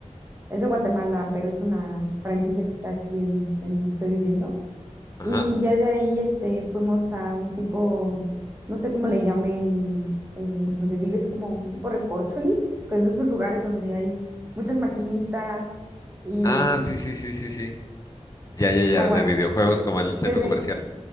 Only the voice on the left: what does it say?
Ajá.
Ah, sí, sí, sí, sí, sí. Ya, ya, ya,
de videojuegos como en el centro
comercial.